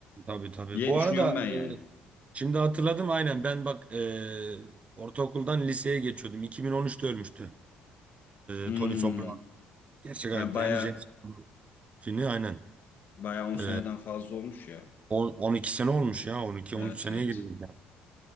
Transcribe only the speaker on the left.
diye
düşünüyorum
ben
yani.
Hmm.
Ha,
baya
baya 10 seneden
fazla olmuş ya.
Evet
evet.